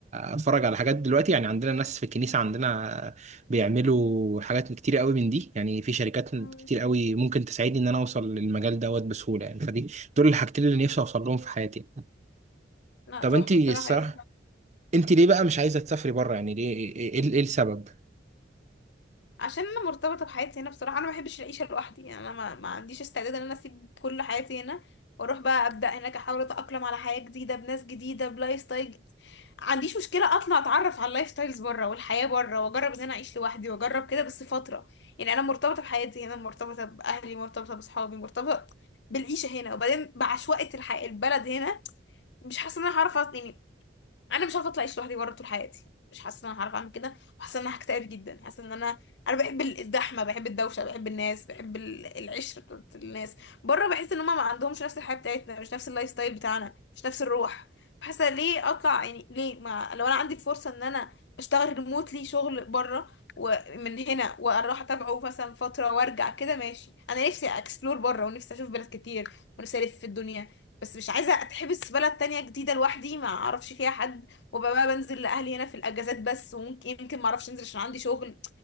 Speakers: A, on the right; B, on the left.
A: اتفرج على حاجات دلوقتي يعني عندنا ناس في الكنيسه عندنا بيعملوا حاجات كتير قوي من دي يعني في شركات
B: مم.
A: كتير قوي ممكن تساعدني ان انا اوصل للمجال دوت بسهوله يعني فدي دول الحاجتين اللي نفسي اوصل لهم في حياتي
B: لا
A: طب
B: تحفة
A: انت الصراحه
B: الصراحة
A: انت ليه بقى مش عايزه تسافري بره يعني ليه ايه إيه- إيه السبب
B: عشان انا مرتبطه بحياتي هنا بصراحه انا ما بحبش العيشه لوحدي يعني انا ما, ما عنديش استعداد ان انا اسيب كل حياتي هنا واروح بقى ابدا هناك احاول اتاقلم على حياه جديده بناس جديده بلايف ستايل جديد. عنديش مشكله اطلع اتعرف على اللايف ستايلز بره والحياه بره واجرب ان انا اعيش لوحدي واجرب كده بس فتره يعني انا مرتبطه بحياتي هنا مرتبطه باهلي مرتبطه باصحابي مرتبطه بالعيشه هنا وبعدين بعشوائيه الحياه البلد هنا مش حاسه ان انا هعرف أص- يعني انا مش عارفه اطلع اعيش لوحدي بره طول حياتي مش حاسه ان انا هعرف اعمل كده وحاسه ان انا هكتئب جدا حاسه ان انا انا بحب الزحمه بحب الدوشه بحب الناس بحب ال- العشره بتاعت الناس بره بحس ان هم ما عندهمش نفس الحياه بتاعتنا مش نفس اللايف ستايل بتاعنا مش نفس الروح حاسه ليه اطلع يعني ليه ما لو انا عندي فرصه ان انا اشتغل ريموتلي شغل بره ومن هنا واروح اتابعه مثلا فتره وارجع كده ماشي انا نفسي اكسبلور بره ونفسي اشوف بلاد كتير ونفسي الف في الدنيا بس مش عايزه اتحبس في بلد تانية جديده لوحدي ما اعرفش فيها حد وابقى بقى بنزل لاهلي هنا في الاجازات بس وممكن يمكن ما اعرفش انزل عشان عندي شغل